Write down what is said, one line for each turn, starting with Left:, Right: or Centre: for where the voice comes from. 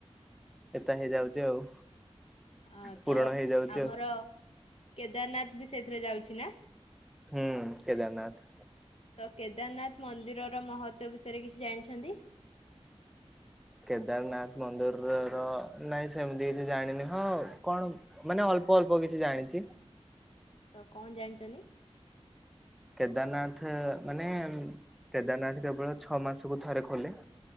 Centre: ଏତା ହେଇଯାଉଚି ଆଉ।
Left: ହଁ
Centre: ପୂରଣ
Left: ତ
Centre: ହେଇଯାଉଛି
Left: ଆମର
Centre: ଆଉ।
Left: କେଦାରନାଥ ବି ସେଇଥିରେ ଯାଉଚି ନା?
Centre: ହୁଁ କେଦାରନାଥ।
Left: ତ କେଦାରନାଥ ମନ୍ଦିରର ମହତ୍ତ୍ୱ ବିଷୟରେ କିଛି ଜାଣିଛନ୍ତି?
Centre: କେଦାରନାଥ ମନ୍ଦିର ର ନାଇଁ ସେମିତି କିଛି ଜାଣିନି ହଁ କଣ ମାନେ ଅଳ୍ପ ଅଳ୍ପ କିଛି ଜାଣିଚି।
Left: ତ କଣ ଜାଣିଚନ୍ତି?
Centre: କେଦାରନାଥ ମାନେ କେଦାରନାଥ କେବଳ ଛଅ ମାସକୁ ଥରେ ଖୋଲେ।